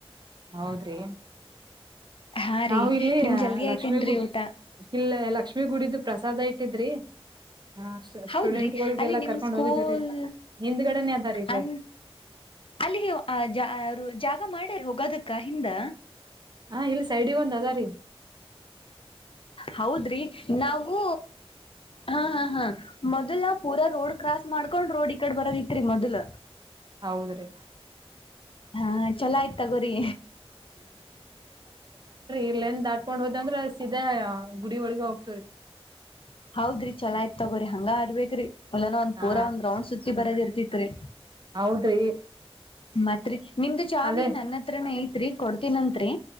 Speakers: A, on the right; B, on the left.
A: ಹೌದ್ರಿ.
B: ಹಾ
A: ನಾವವು
B: ರೀ
A: ಇಲ್ಲಿ
B: ನಿಮ್ ಜಲ್ದಿ ಆಯ್ತೇನ್ರೀ
A: ಲಕ್ಷ್ಮೀ ಗುಡ್
B: ಊಟ
A: ಕಲ್ ಲಕ್ಷ್ಮೀ ಗುಡಿದು ಪ್ರಸಾದ ಇಟ್ಟಿದ್ರಿ. ಹ
B: ಹೌದ್ರಿ
A: ಸ್ಟೂಡೆಂಟ್ ಗಳಿಗೆಲ್ಲಾ
B: ಅಲ್ಲಿ ನಿಮ್
A: ಕರ್ಕೊಂಡ್
B: ಸ್ಕೂಲ್
A: ಹೋಗಿದ್ವಿರಿ ಹಿಂದ್ಗಡೆನೆ ಅದಾರಿ ಇಲ್ಲಿ
B: ಅ ಅಲ್ಲಿಗೆ. ಆ ಮಾಡೇ ಹೋಗೋದಕ್ಕ ಹಿಂದ.
A: ಹಾ ಇಲ್ಲಿ ಸೈಡ್ಿಗೆ ಒಂದ್ ಅಗಾರಿ.
B: ಹೌದ್ರಿ ನಾವು ಹಾ ಹಾ ಹಾ ಮೊದ್ಲ ಪೂರ ರೋಡ್ ಕ್ರಾಸ್ ಮಾಡ್ಕೊಂಡ್ ರೋಡ್ ಈಕಡೆ ಬರದಿತ್ರಿ ಮೊದ್ಲ.
A: ಹೌದ್ರಿ.
B: ಹಾ.. ಚಲೋ ಆಯ್ತಗೋರಿ.
A: ಇಲ್ಲ ನ್ ದಾಟ್ಕೊಂಡ್ ಹೋದ ಅಂದ್ರ ಸೀದಾ ಗುಡಿ ಒಳಗ ಹೋಗ್ತವ್ರಿ.
B: ಹೌದ್ರಿ ಚಲೋ ಯ್ತ್ ತಗೋ್ರಿ ಹಂಗ ಅರ್ಬೇಕೇ್ರಿ ಒಲ್ಲನ ಒಂದ್
A: ಹಾ
B: ಪೂರ ಒಂದ ರೌಂಡ್ ಸುತ್ತಿ ಬರೋದಿರ್ರಿ. ಚಿತ್ರೆ.
A: ಹೌದ್ರಿ.
B: ಮತ್ರಿ. ನಿಮ್ದ ಚಾವಿ
A: ಅಲ್ಲೇ
B: ನನ್ನ ಹತ್ರನೇ ಐ. ತ್ರಿ ಕೊಡ್ತನತ್ರಿ.